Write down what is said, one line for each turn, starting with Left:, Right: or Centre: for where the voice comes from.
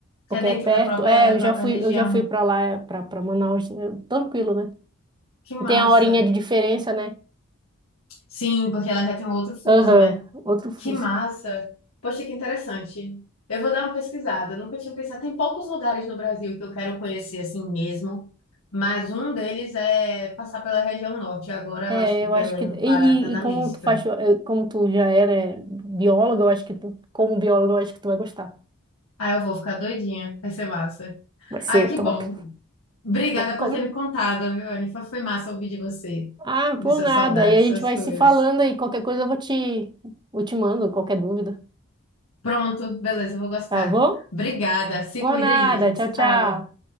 Right: porque
Left: Que é dentro
Right: é perto.
Left: da própria,
Right: É,
Left: da
Right: eu
Left: própria
Right: já fui,
Left: região.
Right: eu já fui pra lá, é, pra, pra Manaus, é, tranquilo, né?
Left: Que massa.
Right: E tem a horinha de diferença, né?
Left: Sim, porque ela já tem um outro fuso,
Right: Aham,
Left: né?
Right: outro fuso.
Left: Que massa. Poxa, que interessante. Eu vou dar uma pesquisada. Eu nunca tinha pensado. Tem poucos lugares no Brasil que eu quero conhecer assim mesmo. Mas um deles é passar pela região norte. Agora eu
Right: É,
Left: acho que
Right: eu
Left: Belém
Right: acho que. E,
Left: do Pará tá na
Right: e- e como
Left: lista.
Right: tu faz, eh, como tu já era bióloga, eu acho que tu, como bióloga, eu acho que tu vai gostar.
Left: Ah, eu vou ficar doidinha. Vai ser massa.
Right: Vai ser
Left: Ah, que
Right: top.
Left: bom. Obrigada
Right: Mas como?
Left: por ter me contado, viu, Anifa? Foi massa ouvir de você,
Right: Ah, por
Left: de suas
Right: nada.
Left: saudades
Right: Aí a gente
Left: suas
Right: vai
Left: coisas.
Right: se falando e qualquer coisa eu vou te, eu te mando, qualquer dúvida.
Left: Pronto, beleza, eu vou gostar.
Right: Tá bom?
Left: Obrigada, se
Right: Por
Left: cuida
Right: nada.
Left: aí, a gente
Right: Tchau,
Left: se
Right: tchau.
Left: fala.